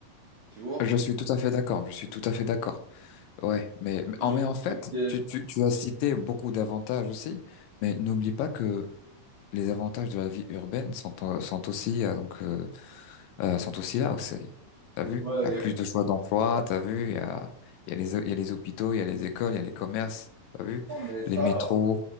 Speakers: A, on the right; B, on the left.
A: tu vois.
B: je suis tout à fait d'accord, je suis tout à fait d'accord. Ouais, mais, mais
A: Du
B: en,
A: coup, Je
B: mais
A: pense
B: en fait,
A: que
B: tu, tu,
A: c'est-
B: tu as cité beaucoup d'avantages aussi, mais n'oublie pas que les avantages de la vie urbaine sont, euh, sont aussi, euh, donc, euh, euh, sont aussi là aussi. T'as vu?
A: Ouais,
B: Il
A: il
B: y a
A: y
B: plus
A: a
B: de choix d'emploi, t'as vu? Il y a, il y a les, il y a les hôpitaux, il y a les écoles, il y a les commerces, t'as vu?
A: Non, mais ça,
B: Les métros.